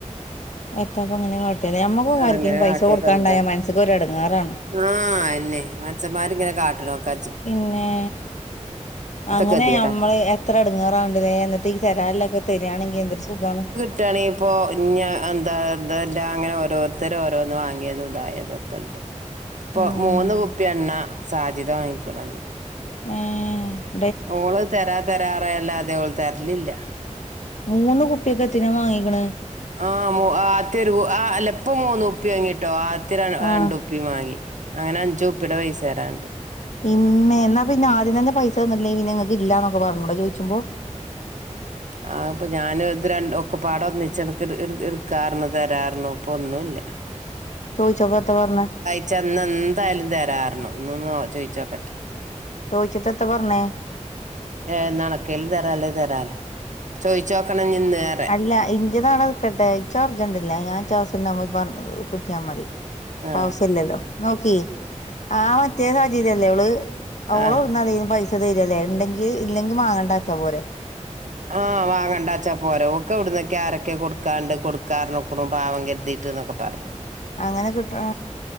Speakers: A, on the left; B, on the right.
A: എത്താപ്പങ്ങനെ കാട്ട്യാത് ഞമ്മക്കൊക്കെ
B: ആഹ്
A: ആര്ക്കേലും
B: അങ്ങനെ
A: പൈസ
B: കാട്ടിയപ്പ
A: കൊടുക്കാണ്ടായ
B: എന്താ
A: മനസ്സ് ക്കൊര് എടങ്ങേറാണ്.
B: ആഹ് അയനെ മൻഷന്മാരിങ്ങനെ കാട്ട്ണോക്കാജ്ജ്‌.
A: പിന്നെ അങ്ങനെ
B: ഗതികേടാ
A: ഞമ്മള് എത്ര എടങ്ങേറാവ്ണ്ട്ലേ ന്ന്ട്ട്- ത്തി തരാല്ലൊക്കെ തെരാണെങ്കി എന്തൊരു സുഖണ്.
B: ട്ടാണെങ്കിപ്പോ ഞ് എന്താ എന്താല്ലാ ഇങ്ങനെ ഓരോര്ത്തരും ഓരോന്ന് വാങ്ങിയതും ഉണ്ടാ യതൊക്ക്‌ണ്ട്. പ്പൊ
A: ഉം
B: മൂന്ന് കുപ്പി എണ്ണ സാജിത വാങ്ങിക്ണ്ന്ന്.
A: ഏഹ്
B: ഓള് തരാ തരാറയല്ലാതെ ഓള് തെര് ലില്ല.
A: മൂന്ന് കുപ്പിക്കെത്തിനാ വാങ്ങിക്ണ്.
B: ആ മു ആത്യ ഒരു ആ അല്ലപ്പം മൂന്ന് കുപ്പി വാങ്ങിട്ടോ ആദ്യം ര
A: ആഹ്
B: രണ്ട് കുപ് പ്പി മാങ്ങി അങ്ങനെ അഞ്ച് കുപ്പിടെ പൈസ തരാണ്ട്.
A: ഇമ്മേ ന്നാ പിനെ ആദ്യം തന്നെ പൈസ തന്നിട്ടില്ലെങ്കി നിങ്ങക്ക് ഇല്ലാന്നൊക്കെ പർഞ്ഞുടെ ചോയ് ച്ചുമ്പോ.
B: അത് പറ്റ് ഞാന് ഇത് രണ്ടും ഒക്കെ പാടെ ഒന്നിച്ച് എനിക്ക് ഇട് ഇട് ഇട്ക്കാർഞ്ഞു തരാർഞ്ഞു ഇപ്പൊന്നുല്ല.
A: ചോയ്ച്ചപ്പെത്ത പർന്.
B: ച്ച് എന്ന് എന്തായ്ലും തരാർന്നു ഇന്നൊന്ന് ചോയ്ച്ചോക്കട്ടെ.
A: ചോയ്ച്ചിട്ടെത്ത പർന്.
B: ഏ ന്നണക്കൽ തരാള്ളെയ് തരാലൊ ചോയ്ച്ചോക്കണം ഇഞ് നിന്ന്ർ-
A: അല്ല ഇന്റെതാടെ നിക്കട്ടെ ച്ചിർജണ്ടില്ല ഞാൻ ച്ചി ആവശ്യം ണ്ടാവുബോ പർനതു കിട്ട്യാ മതി.
B: ആ
A: ആവ്ഷില്ലല്ലോ നോക്കി ആ മറ്റേ സാജിതല്ലേ ഓള്. ഓളോവ്ടന്നാ
B: ആ
A: യ്ന്ന് പൈസ തരല്ലേ ണ്ടങ്കിൽ ഇല്ലെങ്കിൽ വാങ്ങേണ്ടാച്ചാ പോരെ.
B: ആഹ് വാങ്ങണ്ടാച്ചാ പോരോ ഓക്ക്‌ എവിടുന്നൊക്കെ ആരൊക്കെ കൊടുക്കാണ്ട് കൊടുക്കാർഞ്ക്കുണു പാവം കരുതി. ട്ട് ന്നൊക്കെ പർഞ്ഞു.
A: അങ്ങനെ കിട്ട്ണ